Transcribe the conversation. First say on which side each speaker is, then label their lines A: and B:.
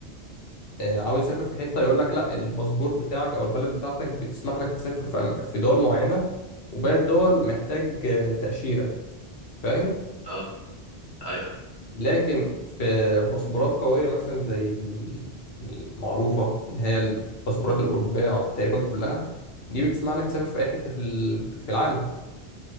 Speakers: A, on the left; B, on the left.
A: آه، عاوز يسافر في حته يقول لك لا الباسبور بتاعك او البلد بتاعتك بتسمح لك تسافر في أم- في دول معينه وباقي الدول محتاج آه، تاشيره فاهم
B: اه ايوه أيوة.
A: لكن في باسبورات قويه مثلا زي ال- المعروفه اللي هي الباسبورات الاوروبيه تقريبا كلها دي بتسمح لك تسافر في اي حته في ال- في العالم